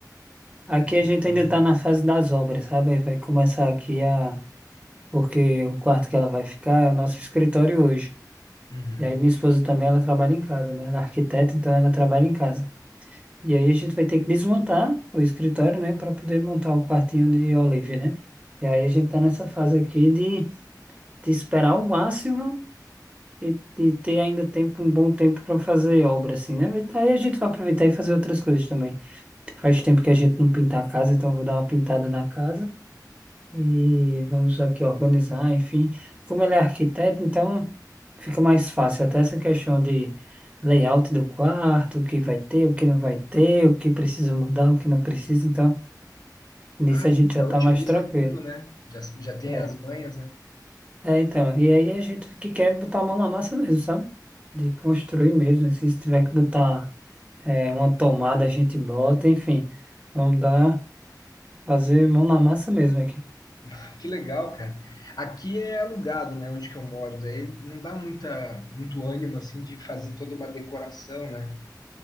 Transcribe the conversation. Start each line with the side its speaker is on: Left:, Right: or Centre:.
Right: Aqui
Left: é bem
Right: a gente
Left: legal.
Right: ainda tá na fase das obras, sabe? Aí Vai começar aqui a... Porque o quarto que ela vai ficar é o nosso escritório hoje.
Left: Uhum.
Right: E aí minha esposa também, ela trabalha em casa, né? Ela é arquiteta, então ela trabalha em casa. E aí a gente vai ter que desmontar o escritório, né? para poder montar o quartinho de Olive, né? E aí a gente tá nessa fase aqui de de esperar o máximo E, e ter ainda tempo, um bom tempo para fazer obra, assim, né? Vai- Aí a gente vai aproveitar e fazer outras coisas também. Faz tempo que a gente não pinta a casa, então eu vou dar uma pintada na casa e vamos aqui organizar, enfim. Como ele é arquiteto, então fica mais fácil. Até essa questão de layout do quarto, o que vai ter, o que não vai ter, o que precisa mudar, o que não precisa. Então, nisso
Left: Ah,
Right: a gente
Left: sim,
Right: já
Left: já
Right: tá
Left: otimiza
Right: mais tranquilo.
Left: tudo, né? Já, já tem
Right: É.
Left: as manhas, né?
Right: É, então, e aí é a gente que quer botar a mão na massa mesmo, sabe? De construir mesmo, assim, se tiver que botar é, uma tomada, a gente bota, enfim, vamos dar, fazer mão na massa mesmo aqui.
Left: Ah, Que legal, cara. Aqui é alugado, né? Onde que eu moro. Daí não dá muita, muito ânimo, assim, de fazer toda uma decoração, né?